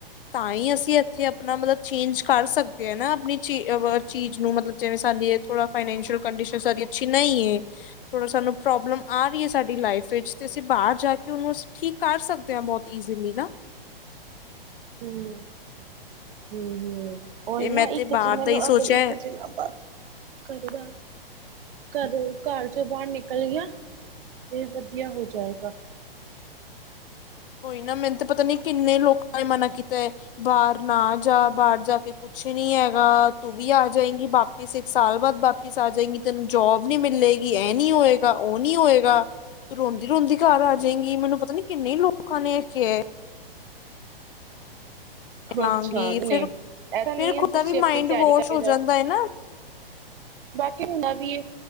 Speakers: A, on the left; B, on the right.
A: ਤਾਂ ਈ ਅਸੀਂ ਇੱਥੇ ਆਪਣਾ ਮਤਲਬ ਚੇਂਜ ਕਰ ਸਕਦੇ ਆ ਨਾ ਆਪਣੀ ਚੀ ਅਹ ਚੀਜ਼ ਨੂੰ ਮਤਲਬ ਜਿਵੇਂ ਸਾਡੀ ਏ ਥੋੜਾ ਫਾਈਨੈਂਸ਼ੀਅਲ ਕੰਡੀਸ਼ਨ ਸਾਡੀ ਅੱਛੀ ਨਈਂ ਐ। ਥੋੜਾ ਸਾਨੂੰ ਪ੍ਰੋਬਲਮ ਆ ਰਈ ਐ ਸਾਡੀ ਲਾਈਫ ਵਿੱਚ ਤੇ ਅਸੀਂ ਬਾਰ ਜਾ ਕੇ ਓਨੂੰ ਠੀਕ ਕਰ ਸਕਦੇ ਆਂ ਬੋਤ ਈਜ਼ੀਲੀ ਨਾ।
B: ਹੂੰ, ਹੂੰ-ਹੂੰ। ਓਹੀ
A: ਤੇ ਮੈਂ
B: ਨਾ
A: ਤੇ
B: ਇੱਕ
A: ਬਾਹਰ
B: ਜਨੇ
A: ਦਾ
B: ਨੂੰ
A: ਹੀ
B: ਅਗਰ
A: ਸੋਚਿਆ
B: ਇੱਕ ਜਨਾ ਬਾਰ ਕਰਦਾ ਏ। ਘਰੋਂ ਘਰ ਚੋਂ ਬਾਹਰ ਨਿਕਲ ਗਿਆ ਤੇ ਵਧੀਆ ਹੋ ਜਾਏਗਾ।
A: ਕੋਈ ਨਾ ਮੈਨੂੰ ਤਾਂ ਪਤਾ ਨੀ ਕਿੰਨੇ ਲੋਕਾਂ ਨੇ ਮਨਾ ਕੀਤੈ ਬਾਹਰ ਨਾ ਜਾ ਬਾਹਰ ਜਾ ਕੇ ਕੁ ਕੁਛ ਨੀ ਹੈਗਾ ਤੂੰ ਵੀ ਆ ਜਾਏਂਗੀ ਵਾਪ ਇੱਕ ਸਾਲ ਬਾਅਦ ਵਾਪਿਸ ਆ ਜੇਗੀ ਤੈਨੂੰ ਜੋਬ ਨੀ ਮਿੱਲੇਗੀ ਇਹ ਨੀ ਹੋਏਗਾ ਉਹ ਨੀ ਹੋਏਗਾ। ਤੂੰ ਰੋਂਦੀ ਰੋਂਦੀ ਘਰ ਆ ਜੇਗੀ ਮੈਨੂੰ ਪਤਾ ਨੀ ਕਿੰਨੇ ਲੋਕਾਂ ਨੇ ਕਿਹੈ। ਲਾਂਗੀ
B: ਅੱਛਾ ਨਹੀਂ
A: ਫਿਰ
B: ਐਸਾ ਨਹੀਂ
A: ਫਿਰ ਖੁਦ
B: ਐ ਤੁਸੀਂ
A: ਦਾ ਵੀ
B: ਆਪਣੀ
A: ਮਾਇੰਡ
B: ਤਿਆਰੀ
A: ਵਾਸ਼
B: ਕਰਕੇ
A: ਹੋ
B: ਜਾਓ।
A: ਜਾਂਦਾ ਹੈ ਨਾ
B: ਬਾਕੀ ਹੁੰਦਾ ਵੀ ਏ।